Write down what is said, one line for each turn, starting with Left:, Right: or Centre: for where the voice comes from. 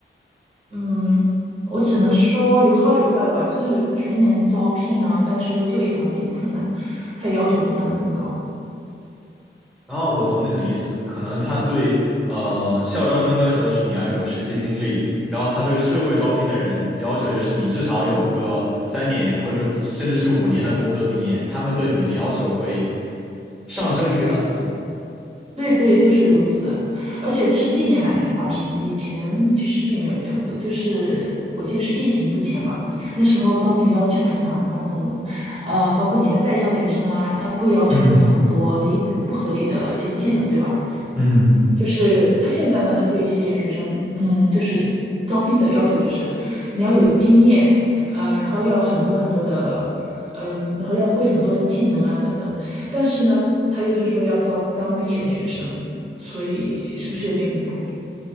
Right: 嗯，我只能说有好有坏吧。虽然有全年招聘呢，但是因为就业环境困难，它要求会放得更高。
Centre: 啊，我懂你的意思，可能他对呃校招生要求的是你要有实习经历，然后他对社会招聘的人要求就是你至少有个三年或者说甚至是五年的工作经验，他们对你们的要求会上升一个档次。
Right: 对对，就是如此。而且这是近年来才发生的，以前其实并没有这样子。就是我记得是疫情之前吧，那时候招聘要求还是蛮宽松的，呃，包括你的在校学生啊，他不会要求你有很多离谱不合理的一些技能，
Centre: 嗯
Right: 对吧？
Centre: 嗯
Right: 就是他现在呢，他对一些学生，嗯，就是招聘者的要求就是你要有经验，呃，然后要很多很多的，嗯，然后要会很多的技能啊等等。但是呢，他又是说要招刚毕业的学生，所以是不是有点离谱？